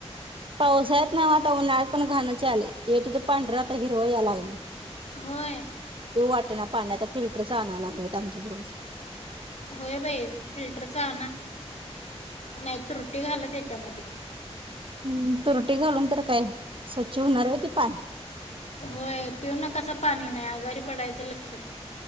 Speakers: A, on the right; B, on the left.
A: पावसाळ्यात ना आता उन्हाळत पण घाणं आले येतो तर पांढर आता हिरवा या लागले.
B: होय.
A: पिऊ वाटेना पाणी आता फिल्टर चा आणायला लागलेत आमच्या दिज
B: होय बाई फिल्टरचा आण ना नाही तर रुटी घाला त्या त्या मध्ये
A: हम्म तुरटी घालून तर काय स्वच्छ होणार आहेत ते पाणी.
B: होय पिऊ नकासा पाणी नाही आजारी पडायचं लक्षण.